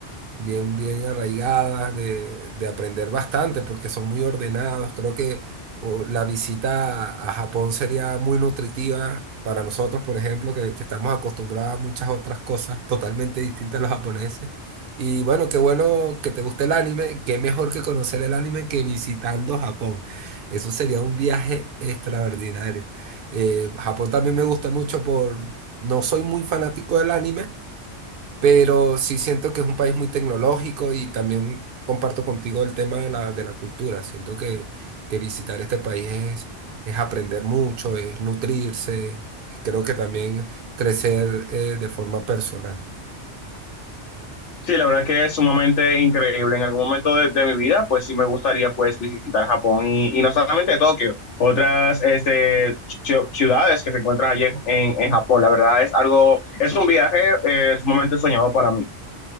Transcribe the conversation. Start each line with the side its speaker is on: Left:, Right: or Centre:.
Right: bien, bien arraigadas, de, de aprender bastante, porque son muy ordenados. Creo que o, la visita a, a Japón sería muy nutritiva para nosotros, por ejemplo, que, que estamos acostumbrados a muchas otras cosas totalmente distintas a los japoneses. Y bueno, qué bueno que te guste el anime, qué mejor que conocer el anime que visitando Japón. Eso sería un viaje extraordinario. Eh, Japón también me gusta mucho por... No soy muy fanático del anime, pero sí siento que es un país muy tecnológico y también comparto contigo el tema de la, de la cultura. Siento que, que visitar este país es, es aprender mucho, es nutrirse y creo que también crecer eh, de forma personal.
Left: Sí, la verdad que es sumamente increíble. En algún momento de, de mi vida, pues sí me gustaría pues visitar Japón y, y no solamente Tokio, otras este, ci- ciudades que se encuentran allí en, en, en Japón. La verdad es algo, es un viaje eh, sumamente soñado para mí.